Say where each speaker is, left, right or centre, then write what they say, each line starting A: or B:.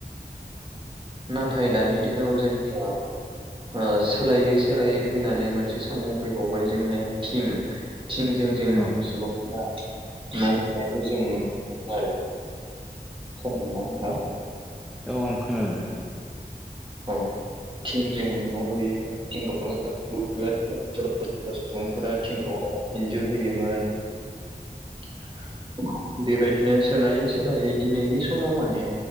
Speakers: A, on the right (about 30°); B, in the centre.
A: नाथाय दानि दिनाव जोंनिया सोलायै सोलायै फैनानै मोनसे समाव फैबावबाय जोंनिया थिं थिंजों जोंनि
B: औ
A: सुबुं बा न जों नु मोनो आरो खोनादोंना नोंथाङा
B: औ आं खोनादों नोंथां
A: औ थिंजों न'लुयोमोन <unintelligible> <unintelligible> सुबुंफोरा थिंखौ इन्जुर होयोमोन <unintelligible> बेबायदिनो सोलायै सोलायै दिनैनि समाव माने